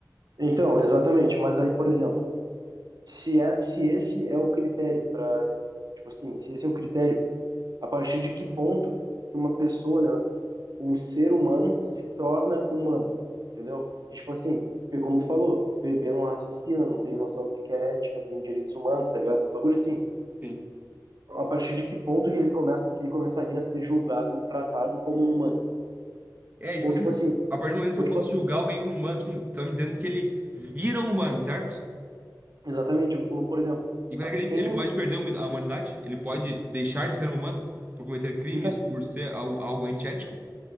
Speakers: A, on the right; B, on the right.
A: então, exatamente, mas aí, por exemplo, se é, se esse é o critério para, tipo assim, se esse é o critério, a partir de que ponto que uma pessoa, né, um ser humano se torna humano, entendeu? E, tipo assim, porque como tu falou, bebê não raciocina, não tem noção do que é ética, não tem direitos humanos, tá ligado? Esse bagulho assim,
B: Sim.
A: a partir de que ponto que ele começa, que ele começaria a ser julgado ou tratado como um humano?
B: É, e, tipo
A: Ou
B: assim,
A: tipo assim,
B: a partir do momento que
A: ou
B: eu
A: tipo
B: posso
A: assim,
B: julgar alguém como humano, tipo assim, tu tá me dizendo que ele vira um humano, certo?
A: exatamente, ou por exemplo,
B: E quando
A: a-
B: é que ele,
A: quem
B: ele pode perder humi- a humanidade? Ele pode deixar de ser um humano por cometer crimes,
A: então,
B: por ser algo, algo antiético?